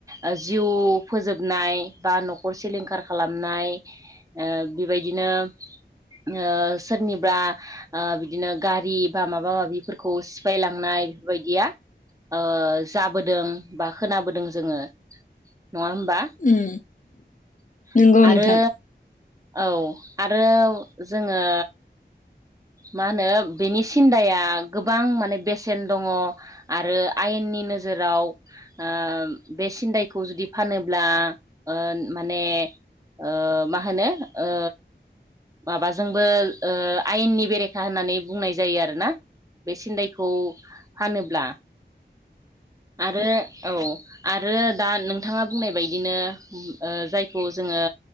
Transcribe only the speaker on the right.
ओ जिउ फोजोबनाय बा नखर सिलिंखार खालामनाय ओ बेबायदिनो ओ सोरनिबा आ बिदिनो गारि बा माबा माबिफोरखौ सिफायलांनाय बेफोरबायदिया ओ जाबोदों बा खोनाबोदों जोङो नङा होमबा
<inaudible>
आरो
औ आरो जोङो मा होनो बेनि सिन्दाया गोबां माने बेसेन दङ आरो आयेननि नोजोराव आ बे सिन्दायखौ जुदि फानोब्ला ओ माने ओ मा होनो ओ माबाजोंबो ओ आयेननि बेरेखा होननानै बुंनाय जायो आरोना बे सिन्दायखौ फानोब्ला आरो औ आरो दा नोंथाङा बुंनाय बायदिनो ओ जायखौ जोङो